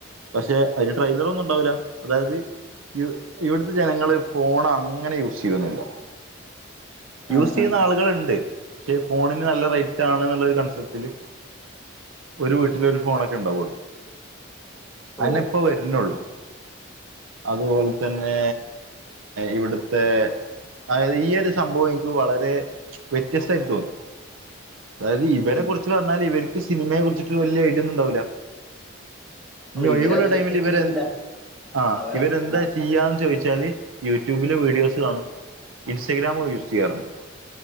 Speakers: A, on the right; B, in the centre.
A: പക്ഷെ അതിന് ട്രൈയിലർ ഒന്നും ഉണ്ടാവില്ല അതായത് ഇ ഇവിടുത്തെ ജനങ്ങള് ഫോൺ അങ്ങനെ യൂസ് ചെയ്യുന്നില്ല യൂസ്
B: ആഹാ.
A: ചെയ്യുന്ന ആളുകളുണ്ട് പക്ഷെ ഫോണിന് നല്ല റേറ്റ് ആണ്ന്നുള്ളരു കൺസെപ്റ്റില് ഒരു വീട്ടിലൊരു ഫോൺ ഒക്കെ ഉണ്ടാവുള്ളൂ അതന്നെ
B: ഓ.
A: ഇപ്പോ വരുന്നുള്ളു അതുപോലെ തന്നെ ഇവിടുത്തെ അതായത് ഈ ഒരു സംഭവം എനിക്ക് വളരെ വ്യത്യസ്തമായിട്ട് തോന്നി അതായത് ഇവരെ
B: ഉം.
A: കുറിച്ച് പറഞ്ഞാല് ഇവർക്ക് സിനിമയെ കുറിച്ചിട്ട് വലിയ ഐഡിയന്നുണ്ടാവൂല ഇനി
B: അല്ല
A: ഒഴിവുള്ള
B: ഇവരതിലേക്ക്
A: ടൈമിൽ
B: എത്തിയിട്ടില്ല
A: ഇവര് ആ്ഹ്
B: അവര
A: ഇവരെന്താ
B: ആ
A: ചെയ്യാന്ന് ചോദിച്ചാല് യൂട്യൂബിലെ വീഡിയോസ് കാണും ഇൻസ്റ്റഗ്രാമും യൂസ് ചെയ്യാറുണ്ട്